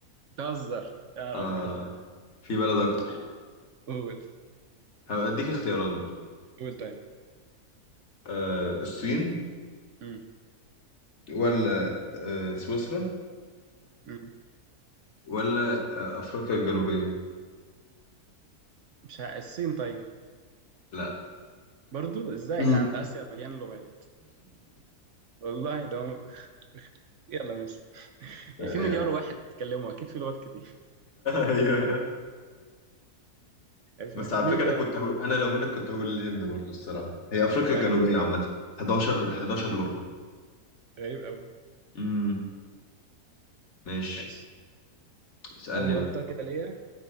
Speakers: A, on the right (about 60°); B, on the left (about 50°).
A: بتهزر يا رب
B: آه. في بلد اكتر
A: قول
B: هديك اختيارات برضو
A: قول طيب
B: آه الصين
A: مم.
B: ولا آه سويسرا
A: مم.
B: ولا آه أفريقيا الجنوبية
A: مش ه... الصين طيب
B: لا
A: برضو ازاي
B: <laughs>
A: يا
B: مم.
A: جدعان ده اسيا مليان لغات والله ده هو- يلا ماشي
B: <laughs>
A: يعني في
B: هي
A: مليار واحد بيتكلموا اكيد في لغات كتير
B: هي <laughs>
A: ماشي.
B: بس على
A: مين
B: فكرة أنا
A: طيب
B: كنت هقول أنا لو منك كنت هقول الهند برضو الصراحة هي أفريقيا الجنوبية
A: ايوه
B: عامة 11 11 لغة
A: غريب قوي
B: امم ماشي
A: ماشي
B: اسألني
A: اول غلطه
B: بقى
A: كده ليا